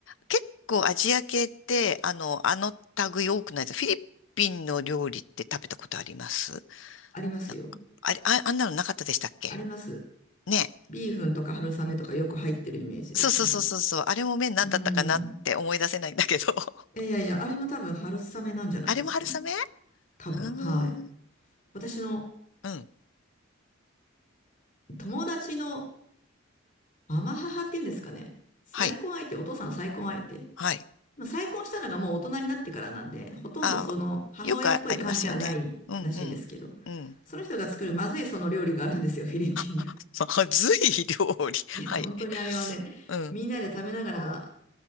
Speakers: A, on the left; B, on the left.
A: 結構アジア系って、あの、あの類多くないです。フィリピンの料理って食べたことあります
B: ありますよ。
A: なんか、あれ、あ、あんなのなかったでしたっけ
B: あります。
A: ね。
B: ビーフンとか春雨とかよく入ってるイメージですね。
A: そうそうそうそうそう。あれも麺なんだったかなって思い出せないんだけど。
B: うん。
A: <laughs>
B: いやいやいや、あれも多分春雨なんじゃないですか
A: あれも春雨
B: 多分、
A: うーん。
B: はい。私の
A: うん。
B: 友達のママ母っていうんですかね。再婚相手、
A: はい。
B: お父さんの再婚相手。
A: はい。
B: まあ、再婚したのがもう大人になってからなんで、ほとんどその母親っぽい感じではないらしいんですけど、
A: ああよくあありますよね。うんうん。うん。
B: その人が作るまずいその料理があるんですよ、フィリピン料
A: <laughs> まずい料理。<laughs>
B: 理。<laughs> いや、
A: はい。
B: 本当にあれはね、
A: うん。
B: みんなで食べながら